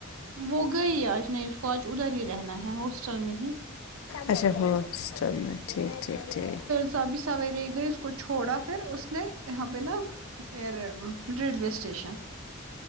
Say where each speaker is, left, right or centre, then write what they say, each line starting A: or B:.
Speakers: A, on the right; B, on the left.
A: وہ گئی آج نہیں اس کو آج ادھر ہی رہنا ہے ہاسٹل میں ہی
B: اچھا ہاں <inaudible> ٹھیک ٹھیک ٹھیک
A: سب بھی سوائی رہی گئی اس کو چھوڑا پھر اس نے یہاں پہ نا ایر ریلوے اسٹیشن